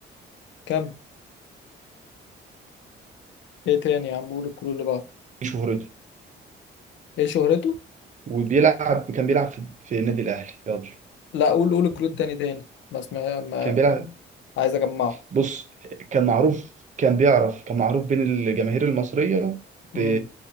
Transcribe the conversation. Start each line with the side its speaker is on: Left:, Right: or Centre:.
Left: كمل ايه تاني يا عم قول الكلو اللي بعده
Right: دي شهرته
Left: ايه شهرته
Right: وبيلعب كان بيلعب في, في النادي الاهلي يلا
Left: لا قول قول الكلود تاني تاني بس ما, ما,
Right: كان
Left: ما
Right: بيلعب
Left: عايز اجمعه
Right: بص كان معروف كان بيعرف كان معروف بين الجماهير المصريه
Left: امم
Right: ب...